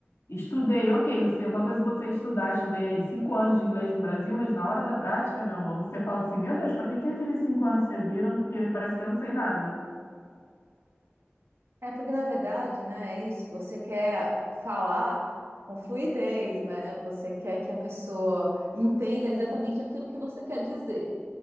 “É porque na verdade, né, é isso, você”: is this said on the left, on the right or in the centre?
Right